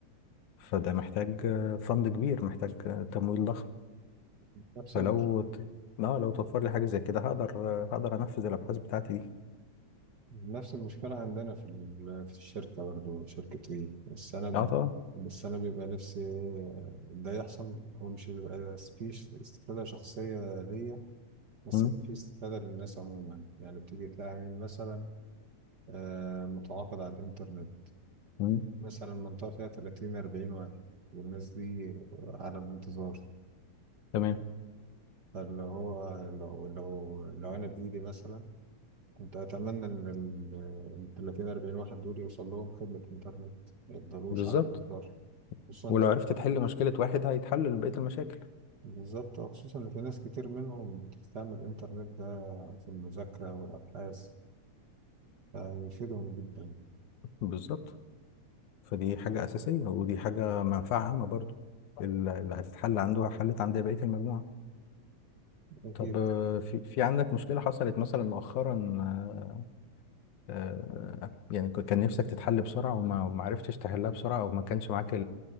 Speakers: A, on the left; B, on the right.
A: فده محتاج آه، فند كبير محتاج آه، تمويل ضخم
B: نفس
A: فلو
B: المش...
A: ت... اه لو توفر لي حاجة زي كده هقدر آه، هقدر انفذ الابحاث بتاعتي دي
B: نفس المشكلة عندنا في ال... في الشركة برضه في شركة ايه بس انا ب...
A: اه طبعا
B: بس انا بيبقى نفسي إيه ده يحصل هو مش بيبقى فيه استفادة شخصية ليا بس
A: مم.
B: في استفادة للناس عموما يعني بتيجي تلاقي عميل مثلا آه، متعاقد على الإنترنت
A: مم.
B: مثلا منطقة فيها 30 40 واحد والناس دي على الانتظار
A: تمام
B: فاللي هو لو لو لو أنا بإيدي مثلا كنت أتمنى إن ال ال 30 40 واحد دول يوصل لهم خدمة إنترنت ما يفضلوش
A: بالظبط
B: على الانتظار خصوصا إن
A: ولو
B: في-
A: عرفت تحل مشكلة واحد هيتحل بقية المشاكل
B: بالظبط آه، خصوصا إن في ناس كتير منهم بتستعمل الإنترنت ده في المذاكرة والأبحاث فيفيدهم جدا
A: بالظبط فدي حاجة أساسية ودي حاجة منفعة عامة برضو ال- اللي هتتحل عنده حلت عند بقية المجموعة
B: أكيد
A: طب آه، في في عندك مشكلة حصلت مثلا مؤخرا آه، آه، يعني ك- كان نفسك تتحل بسرعة وما وما عرفتش تحلها بسرعة أو ما كانش معاك